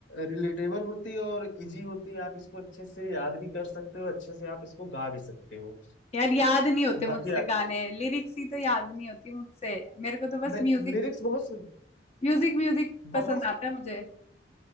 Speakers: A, on the left (about 85°); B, on the left (about 35°).
A: रिलेटेबल होती है और इजी होती है आप इसको अच्छे से याद भी कर सकते हो अच्छे से आप इसको गा भी सकते हो
B: यार याद नहीं होते मुझसे
A: बाकी आ-
B: गाने लिरिक्स ही तो याद नहीं होती मुझसे मेरे को तो बस
A: मैं
B: म्यूजिक
A: लिरिक्स बहुत सिं-
B: म्यूजिक म्यूजिक पसंद
A: बहुत
B: आता है मुझे